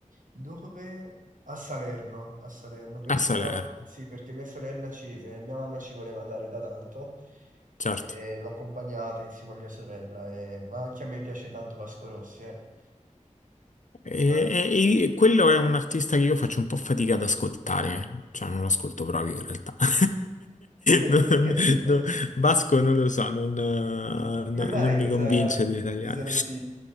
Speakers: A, on the right (about 80°); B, on the left (about 70°).
A: dove? A Salerno, a Salerno, perché,
B: A Salerno,
A: sì, perché mia sorella ci, eh, mia mamma ci voleva andare da tanto
B: certo.
A: e l'ho accompagnata insieme a mia sorella, e- ma anche a me piace tanto Vasco Rossi, eh.
B: E,
A: Dai.
B: e- e quello è un artista che io faccio un po' fatica ad ascoltare, cioè non ascolto proprio in realtà. <laughs>
A: <laughs>
B: Non- non- Vasco non lo so, non, eh, no-
A: Come mai?
B: non mi
A: Cosa,
B: convince di italiani.
A: cosa non ti...